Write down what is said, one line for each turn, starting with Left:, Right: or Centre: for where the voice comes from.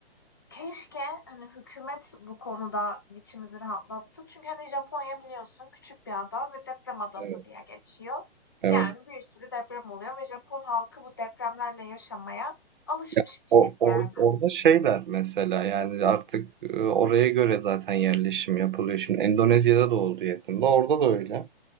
Left: keşke hani hükümet bu konuda biçimizi rahatlatsa. Çünkü hani Japonya biliyorsun küçük bir ada ve deprem adası
Right: evet.
Left: diye geçiyor.
Right: Evet.
Left: Yani bir sürü deprem oluyor ve Japon halkı bu depremlerle yaşamaya alışmış
Right: Ya,
Left: bir
Right: o
Left: şey
Right: or-
Left: bir yerde.
Right: orada şeyler mesela yani artık e, oraya göre zaten yerleşim yapılıyor. Şimdi Endonezya'da da oldu yakında. Orada da öyle.